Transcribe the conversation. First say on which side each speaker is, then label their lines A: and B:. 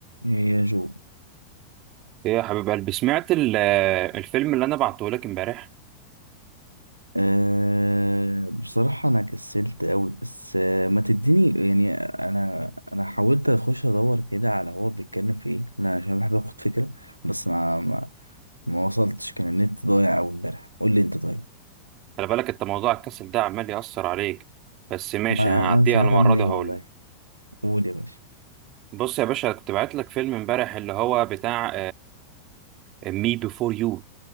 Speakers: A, on the right; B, on the right.
A: يا جو
B: ايه يا حبيب قلبي سمعت ال- الفيلم اللي انا بعته لك امبارح
A: أه بصراحة أنا كسلت أوي بس أه ما تديني يعني أنا أنا حاولت أخش أدور كده على هو بيتكلم في إيه أنا عشان بحب آخد فكرة بس ما ما, ما وصلتش كان النت ضايع أوي إمبارح قول لي أنت طيب
B: خلي بالك انت موضوع الكسل ده عمال يأثر عليك بس ماشي
A: ما
B: هعديها
A: أنا مش عارف
B: المره
A: أعمل
B: دي
A: إيه
B: وهقول
A: والله
B: لك
A: قول يا باشا
B: بص يا باشا كنت بعت لك فيلم امبارح اللي هو بتاع مي بيفور يو